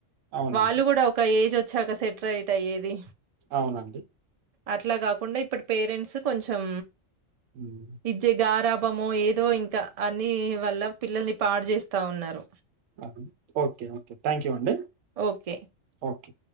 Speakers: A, on the right; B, on the right.
A: అవునండి.
B: వాళ్ళు కూడా ఒక ఏజ్ వచ్చాక సెట రైట్ అయ్యేది
A: అవునండి.
B: అట్లా కాకుండా, ఇప్పుడు పేరెంట్స్ కొంచెం.
A: హ్మ్.
B: ఇజే గరబ్. వామో! ఏదో ఇంకా అన్ని వల్ల పిల్లల్ని పాడు చేస్తా ఉన్నారు.
A: హలో. Okay, okay. థ్యాంక్యూ అండి.
B: ఓకే.
A: ఓకే.